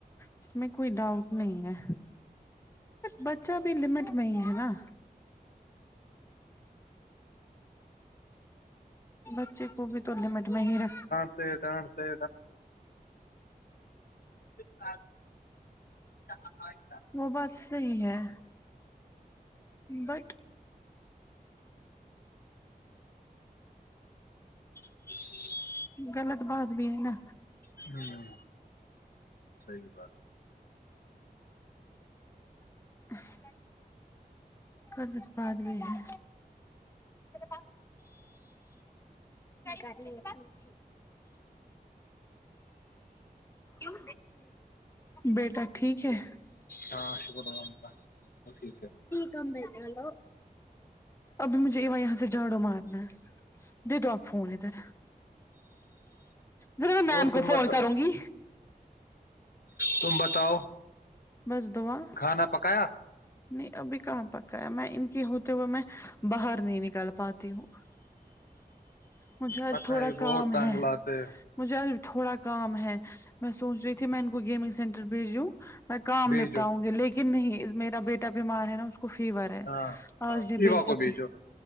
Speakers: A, on the left (about 15°); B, on the left (about 70°).
A: اس میں کوئی ڈاؤٹ نہیں ہے بچہ بھی لمٹ میں ہی ہے نا بچے کو بھی توور لمنٹ میں ہی رکھ
B: ڈانتے ڈانتے اں
A: وہ بات صحیح ہے بق
B: ج
A: غلط بات بھی ہے نا
B: ہوں صی بات
A: <inaudible> قدت بد بھی ہے ہ کر ل خوش وہ بیٹا ٹھیک ہے
B: ہاں شکر الحمد اللہ ٹھیک ہے
A: تمبلو ابھی مجھے ایا یہاں سے جھاڑو مارنا ہے دے دو آپ فون ادھر ذر میں میم
B: اور تم
A: کو فون
B: بتا
A: کروں گی
B: ت بتاؤ
A: بس دواں
B: کھانا پکایا
A: نہیں ابھی کہاں پکا ہے میں ان کے ہوتے ہوئے میں باہر نہیں نکل پاتی ہوں مجھے آج
B: پت
A: تھوڑا
B: ہے بہت
A: کام
B: تانگ
A: ہے
B: لاتے
A: مجھے اب تھوڑا کام ہے میں سوچ رہی تھی میں ان کو گیمنگ سینٹر بھیجیوں میں کام
B: بھیجو
A: نپٹاؤں گی لیکن نہیں میرا بیٹا بیمار ہے نا اس کو کفی وار ہے
B: ہاں ہاں
A: آج نہیں
B: ایوا
A: بیچ
B: کو
A: سکتی
B: بھیجو